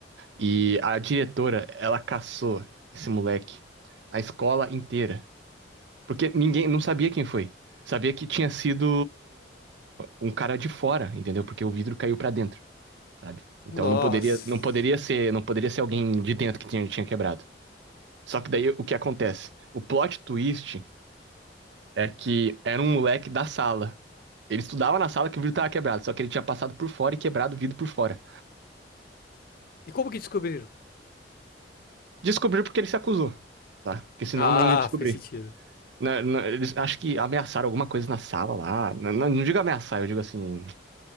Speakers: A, on the right (about 75°); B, on the left (about 55°).
A: E a diretora, ela caçou esse moleque, a escola inteira. Porque ninguém não sabia quem foi. Sabia que tinha sido um cara de fora, entendeu? Porque o vidro caiu pra dentro, sabe? Então
B: Nossa.
A: não poderia, não poderia ser, não poderia ser alguém de dentro que tinha, tinha quebrado. Só que daí o que acontece? O plot twist é que era um moleque da sala. Ele estudava na sala que o vidro tava quebrado, só que ele tinha passado por fora e quebrado o vidro por fora.
B: E como que descobriram?
A: Descobriu porque ele se acusou, tá? Porque senão
B: Ah,
A: não ia descobrir.
B: faz sentido.
A: Na- na- eles acho que ameaçaram alguma coisa na sala lá. Não, não digo ameaçar, eu digo assim.